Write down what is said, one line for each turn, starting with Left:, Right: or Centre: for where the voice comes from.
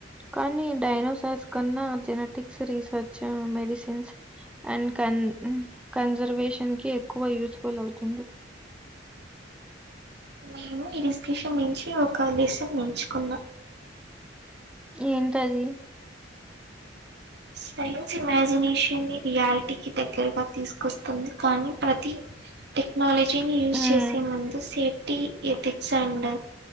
Centre: కానీ డైనోసర్స్ కన్నా జెనెటిక్స్ రీసర్చ్ మెడిసిన్స్ అండ్ కన్ కన్జర్వేషన్ కి ఎక్కువ యూస్ఫుల్ అవుతుంది
Right: నేను ఈ డిస్కషన్ నుంచి ఒక లెసన్ నేర్చుకున్నా
Centre: ఏంటది
Right: సైన్స్ ఇమాజినేషన్ని రియాలిటీకిి దగ్గరగా తీస్కొస్తుంది కానీ ప్రతి టెక్నాలజీని యూజ్
Centre: హ్మ్.
Right: చేసే ముందు సేఫ్టీ ఎథిక్స్ అండ్